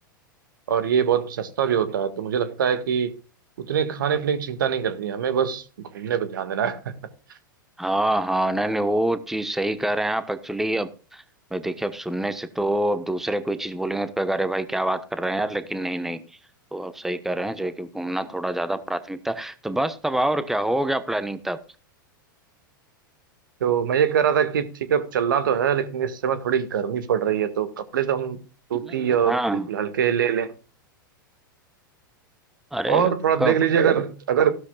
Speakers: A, on the right; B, in the centre.
A: और ये बहुत सस्ता भी होता है तो मुझे लगता है कि उतने खाने पीने की चिंता नहीं करनी है हमें बस घूमने पर ध्यान देना है <laughs>
B: हाँ हाँ नहीं नहीं वो चीज सही कह रहे हैं आप एक्चुअली अब मैं देखिए अब सुनने से तो अब दूसरे कोई चीज बोलेंगे तो कहेगा अरे भाई क्या बात कर रहे हैं यार लेकिन नहीं नहीं तो आप सही कह रहे हैं जो है कि घूमना थोड़ा ज्यादा प्राथमिकता तो बस तब और क्या हो गया प्लानिंग तब
A: तो मैं ये कह रहा था कि ठीक है अब चलना तो है लेकिन इस समय थोड़ी गर्मी पड़ रही है तो कपड़े तो हम सूती
B: <clears throat>
A: और
B: हाँ
A: बिल्कुल हल्के ही ले लें
B: अरे
A: और थोड़ा देख
B: कब
A: लीजिए अगर अगर